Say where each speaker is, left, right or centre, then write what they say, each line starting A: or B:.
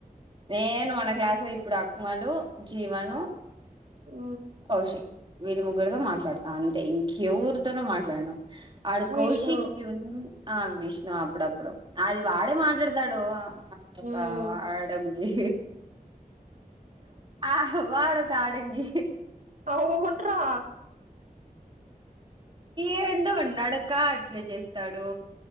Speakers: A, on the right (about 35°); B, on the right (about 60°).
A: నేను మన క్లాసు ఇప్పుడు అ అక్మలు జీవను
B: ఉ
A: కౌశిక్ వీళ్ళ ముగ్గురితో మాట్లాడుతా అంతే ఇంక ఎవరితోనూ మాట్లాడును అడు
B: విష్ణు
A: కౌశకి ఉ ఆ విష్ణు అప్పుడు అప్పుడు అది వా మాట్లాడతాడు ఒక
B: ఉమ్
A: ఆడంగి ఆ వాడు ఒక ఆడంగి
B: అవున్డ్రా
A: ఏందో వీడు నడక అట్లే చేస్తాడు